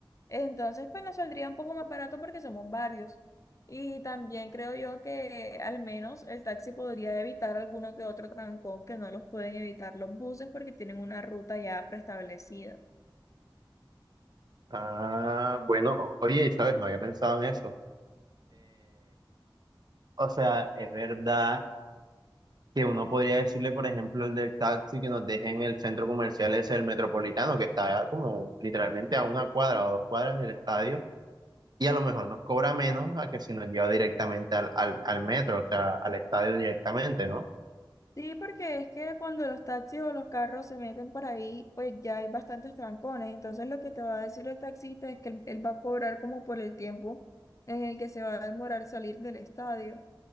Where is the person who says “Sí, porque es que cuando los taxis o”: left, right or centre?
Left